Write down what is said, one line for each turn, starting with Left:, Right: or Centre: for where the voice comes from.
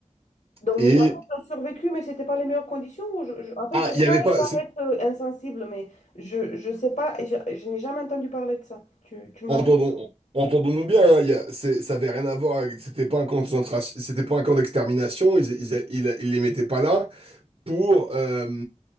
Left: Donc, une
Right: Et,
Left: fois j'ai survécu, mais c'était pas les meilleures conditions. ou je- je- en fait,
Right: ah,
Left: je ne
Right: il
Left: veux
Right: n'y
Left: pas
Right: avait pas,
Left: paraître
Right: c'est-
Left: euh, insensible, mais je je sais pas, et je, je n'ai jamais entendu parler de ça. Tu, tu me
Right: entendons,
Left: l'apprends.
Right: entendons-nous bien, hein, il y a- c'est- ça avait rien à voir, avec- c'était pas un camp de concentration, c'était pas un camp d'extermination, ils, ils, ils, ils les mettaient pas là. pour, euh,